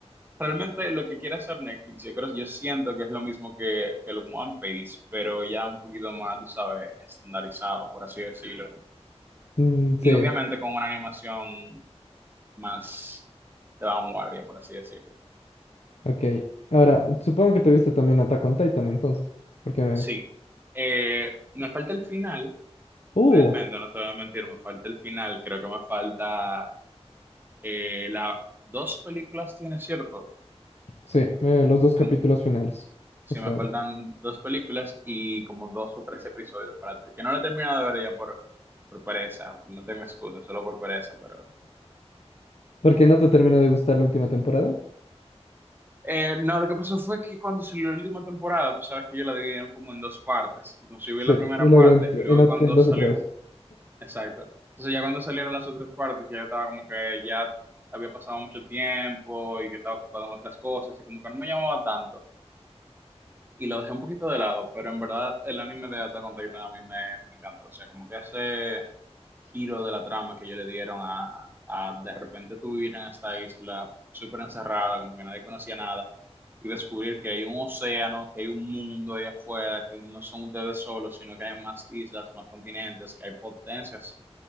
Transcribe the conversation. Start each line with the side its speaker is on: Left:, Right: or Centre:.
Right: realmente lo que quiere hacer Netflix, yo creo, yo siento que es lo mismo que, que el One Piece, pero ya un poquito más, tú sabes, estandarizado, por así decirlo.
Left: Mm,
Right: Y
Left: sí,
Right: obviamente con una animación más de vanguardia, por así decirlo.
Left: ok. Ahora, supongo que te viste también Attack on Titan entonces. Porque me...
Right: Sí. Eh, me falta el final,
Left: Uh,
Right: realmente, no te voy a mentir, me falta el final, creo que me falta Eh, la, dos películas tiene, ¿cierto?
Left: sí, eh, los dos capítulos
Right: Como,
Left: finales.
Right: si
Left: O sea,
Right: me faltan dos películas y como dos o tres episodios para te- que no la he terminado de ver ya por, por pereza, no tengo excusa, solo por pereza, pero...
Left: porque no te terminó de gustar la última temporada.
Right: Eh, no, lo que pasó fue que cuando salió la última temporada, tú sabes que yo la dividieron como en dos partes. Entonces yo vi
Left: Sí,
Right: la primera
Left: y luego
Right: parte
Left: en, tre-
Right: y luego
Left: en, ot-
Right: cuando
Left: en dos
Right: salió,
Left: o tres.
Right: exacto. Entonces ya cuando salieron las otras partes, ya estaba como que ya había pasado mucho tiempo y que estaba ocupado en otras cosas y como que no me llamaba tanto. y lo dejé un poquito de lado, pero en verdad el anime de Attack on Titan a mí me, me encantó. O sea, como que ese giro de la trama que ellos le dieron a, a de repente tú ir en esta isla súper encerrada, como que nadie conocía nada, y descubrir que hay un océano, que hay un mundo ahí afuera, que no son ustedes solos, sino que hay más islas, más continentes, que hay potencias